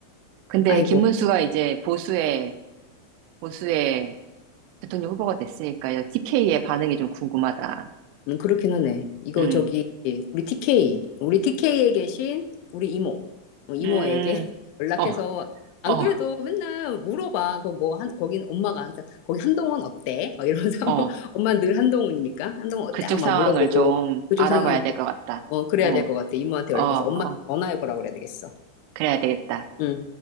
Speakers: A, on the right; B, on the left.
A: 근데
B: 아이고.
A: 김문수가 이제 보수의, 보수의 대통령 후보가 됐으니까 이제 TK의 반응이 좀 궁금하다.
B: 음, 그렇긴 하네. 이거
A: 음,
B: 저기, 우리 TK, 우리 TK에 계신 우리 이모, 어, 이모에게
A: 음,
B: <laughs> 연락해서,
A: 어,
B: 안
A: 어,
B: 그래도 맨날 물어봐. 거기 뭐, 한, 거긴 엄마가 항상, 거기 한동훈 어때? 막 이러면서, <laughs>
A: 어.
B: 한번 엄마는 늘 한동훈이니까, 한동훈 어때?
A: 그쪽
B: 하고 막
A: 상황을
B: 물어보고,
A: 좀
B: 그쪽
A: 알아봐야
B: 상황을, 물-
A: 될 것 같다.
B: 어, 그래야
A: 어,
B: 될 것 같아. 이모한테 연락해서
A: 어, 어.
B: 엄마 전화해보라 그래야 되겠어.
A: 그래야 되겠다.
B: 응.